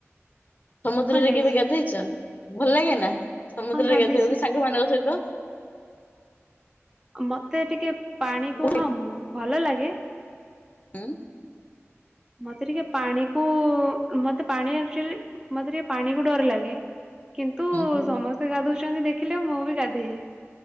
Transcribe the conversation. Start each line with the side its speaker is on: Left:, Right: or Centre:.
Left: ସମୁଦ୍ରରେ
Right: ହଁ ଯାଇଛି
Left: କେବେ ଗାଧେଇଚ ଭଲ ଲାଗେ ନା ସମୁଦ୍ରରେ
Right: ହଁ ଗାଧେଇଛି
Left: ଗାଧେଇବା କୁ ସାଙ୍ଗମାନଙ୍କ ସହିତ?
Right: ମତେ ଟିକେ ପାଣି କୁ-ହଁ
Left: ହୁଁ
Right: ଭଲ ଲାଗେ।
Left: ଉଁ?
Right: ମତେ ଟିକେ ପାଣିକୁ- ମତେ ପାଣି ଆକ୍ଚୁଲି ମତେ ଟିକେ ପାଣିକୁ ଡର ଲାଗେ। କିନ୍ତୁ
Left: ହୁଁ
Right: ସମସ୍ତେ ଗାଧୁଛନ୍ତି ଦେଖିଲେ ମୁଁ ବି ଗାଧେଇବି।